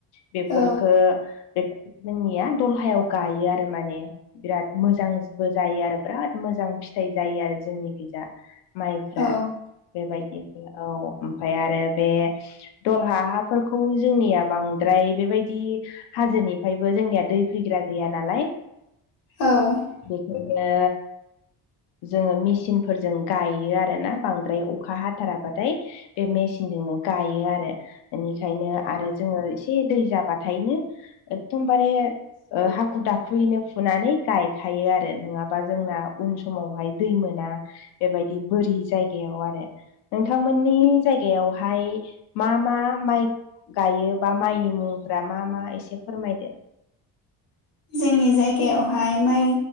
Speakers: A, on the left (about 85°); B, on the left (about 55°).
A: बेफोरखो
B: औ
A: फोरखौ बे जोंनिया दलहायाव गायो आरो माने बिराद मोजांबो जायो आरो बिराद मोजां फिथाइ जायो आरो जोंनिखैजा माइफ्रा
B: औ
A: बेबायदि औ ओमफ्राय आरो बे दहला हाफोरखौ जोंनिया बांद्राय बेबायदि हाजोनिफ्रायबो जोंनिया दै फैग्रा गैया नालाय
B: औ
A: बेखौनो जोङो मेचिनफोरजों गायो आरोना बांद्राय अखा हाथाराबाथाय बे मेसिनजोंनो गायो आरो बेनिखायनो आरो जोङो एसे दै जाबाथायनो एदमबारे ओ हाखु दाखुयैनो फुनानै गायखायो आरो नोङाबा जोंना उन समावहाय दै मोना बेबायदि बोरि जाय जायगायाव आरो नोंथांमोननि जायगायावहाय मा मा माइ गायो बा माइनि मुंफोरा मा मा एसे फोरमायदो
B: जोंनि जायगायावहाय माइ